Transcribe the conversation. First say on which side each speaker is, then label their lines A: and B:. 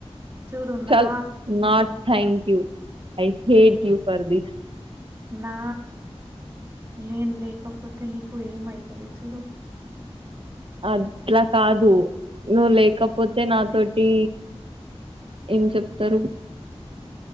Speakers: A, on the right; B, on the right.
A: చూడు
B: చల్
A: నా
B: నోట్ thank you I hate you for this
A: నా నేను లేకపోతే మీకు ఏమైతుంది చూడు.
B: అట్లా కాదు నువ్వు లేకపోతే నాతోటి ఏం చెప్తారు